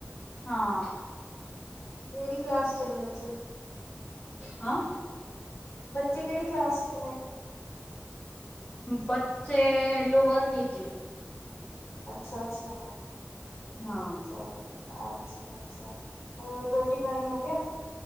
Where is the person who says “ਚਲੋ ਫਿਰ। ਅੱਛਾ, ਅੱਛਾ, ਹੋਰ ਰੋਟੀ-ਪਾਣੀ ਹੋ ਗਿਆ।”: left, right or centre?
Left